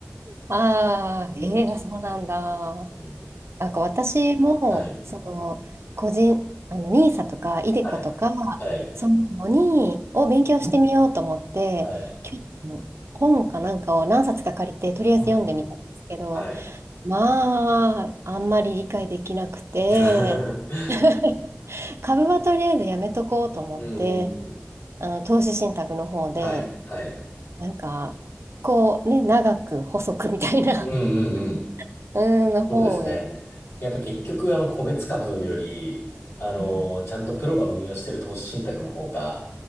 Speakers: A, on the right; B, on the left.
A: ああ、ええそうなんだ。
B: そうですね。うん。
A: なんか私も、
B: はい。
A: その、個人、あの、n i s とか、イデコとか、
B: はい。はい。
A: そういうのに、を勉強してみようと思って、
B: はい。
A: 去年、本かなんかを何冊か借りて、とりあえず読んでみたんですけど、
B: うんうん。はい。
A: まあ、あんまり理解できなくて、
B: <laughs>
A: <laughs> 株はとりあえずやめとこうと思って、
B: うんうんうん。
A: あの投資信託の方で、
B: はい。はい。
A: なんか、こうね、長く細くみたいな、
B: うんうんうん。
A: <laughs> うん、の方を
B: そうですね。やっぱ結局、あの、個別株より、あの、
A: うん、
B: ちゃんとプロが運用してる投資信託の方が、